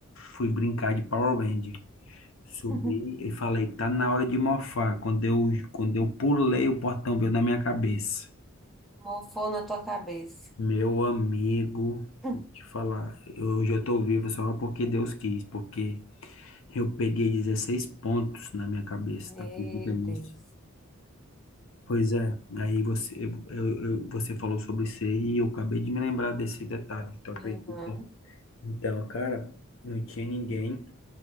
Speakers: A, on the left; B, in the centre.
A: fui brincar de Power Ranger. Subi
B: <laughs>
A: e falei, tá na hora de mofar. Quando eu, quando eu pulei, o portão veio na minha cabeça.
B: Mofou na tua cabeça.
A: Meu amigo,
B: <laughs>
A: te falar, eu- hoje eu tô vivo só porque Deus quis, porque eu peguei 16 pontos na minha cabeça,
B: Meu
A: tá acredita nisso?
B: Deus.
A: Pois é, aí você, eu, eu- você falou sobre isso aí e eu acabei de me lembrar desse detalhe, tu acredita?
B: Uhum,
A: Então, cara, não tinha ninguém,